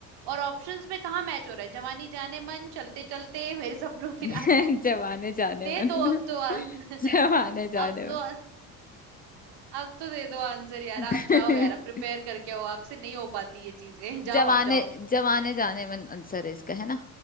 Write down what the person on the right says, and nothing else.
और ऑप्शंस में कहाँ मैच हो रहा है जवानी जाने मन चलते चलते मेरे सपनों
की रानी
दे
दो अब तो आ-
<laughs>
अब तो अब तो दे दो आंसर यार
आप जाओ यार आप
प्रिपेयर करके आओ आपसे नहीं हो पाती ये चीजें <laughs> जाओ
आप जाओ